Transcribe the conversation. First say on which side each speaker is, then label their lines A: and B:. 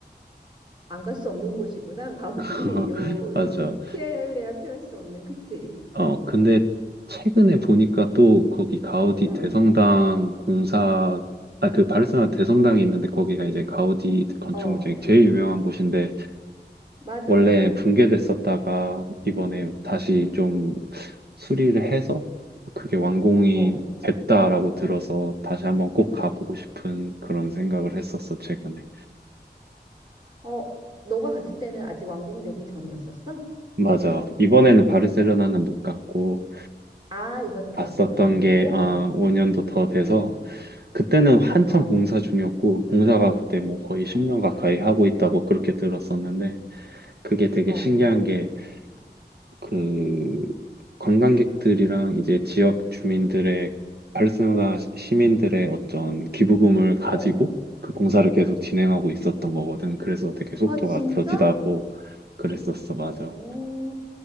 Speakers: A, on the right; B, on the right.
A: 안 갈 수 없는 곳이구나, 가우디.
B: <laughs>
A: <laughs> 요,
B: 맞아.
A: 이런 피엘레야 피할 수 없는, 그치?
B: 어, 근데 최근에 보니까 또 거기 가우디
A: 응,
B: 대성당 공사, 아, 그 바르셀로나 대성당이 있는데 거기가 이제 가우디 건축물
A: 어,
B: 중에 제일 유명한 곳인데
A: 맞아,
B: 원래
A: 맞아.
B: 붕괴됐었다가 이번에 다시 좀 수리를 해서 그게 완공이
A: 어,
B: 됐다라고 들어서 다시 한번 꼭 가보고 싶은 그런 생각을 했었어, 최근에.
A: 어, 너가 갔을 때는 아직 완공되기 전이었었어?
B: 맞아. 이번에는 바르셀로나는 못 갔고
A: 아, 이번에 바르셀로나
B: 갔었던
A: 안 갔고?
B: 게 아, 5년도 더 돼서
A: 응,
B: 그때는 한참
A: 어,
B: 공사 중이었고 공사가 그때 뭐 거의
A: 어,
B: 10년 가까이 하고 있다고 그렇게 들었었는데 그게 되게
A: 어.
B: 신기한 게그 관광객들이랑 이제 지역 주민들의 팔레스티나 시- 시민들의 어떤 기부금을 가지고
A: 어.
B: 그 공사를 계속 진행하고 있었던 거거든. 그래서 되게 속도가
A: 아, 진짜?
B: 더디다고 그랬었어. 맞아.
A: 어,